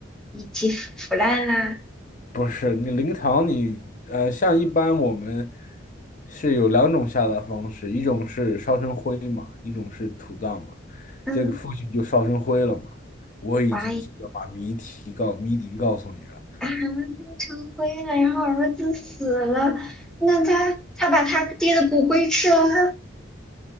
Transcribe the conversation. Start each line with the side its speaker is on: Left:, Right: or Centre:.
Centre: 遗体腐腐烂啦？
Left: 不是你灵堂你，呃，像一般我们是有两种下葬方式，一种是烧成灰嘛，一种是土葬嘛。
Centre: 嗯，
Left: 这个父亲就烧成灰了嘛。我已经记得把谜题告谜底告诉你了。
Centre: 哇，啊，弄成灰了，然后儿子死了，那他他把他爹的骨灰吃了吗